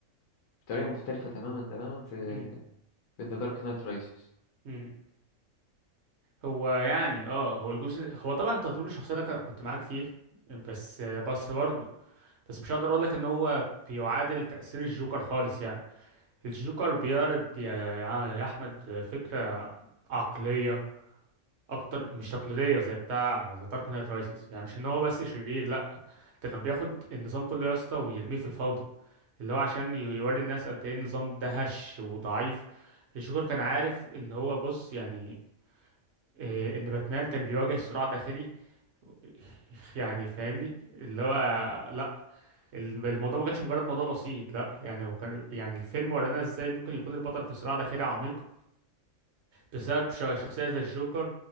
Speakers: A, on the left; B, on the right.
A: بطريقة مختلفة تماما تماما في
B: مم.
A: في ذا دارك نايت رايسز
B: مم. هو يعني اه هو الجزء هو طبعا تطوير الشخصيه ده ك- كنت معاك فيه بس بس برضه بس مش هقدر اقول لك ان هو بيعادل تاثير الجوكر خالص يعني الجوكر بيعرض يا يا احمد فكره عقلية أكتر مش تقليدية زي بتاع ذا دارك نايت رايسز يعني مش إن هو بس شرير لأ ده كان بياخد النظام كله يا اسطى ويرميه في الفوضى اللي هو عشان ي- يوري الناس قد إيه النظام ده هش وضعيف الجوكر كان عارف إن هو بص يعني آه، إن باتمان كان بيواجه صراع داخلي <laughs> يعني فاهمني اللي هو لأ الم- الموضوع ما كانش مجرد موضوع بسيط لأ يعني هو كان يعني الفيلم ورانا إزاي ممكن يكون البطل في صراع داخلي عميق بسبب ش- شخصية زي الجوكر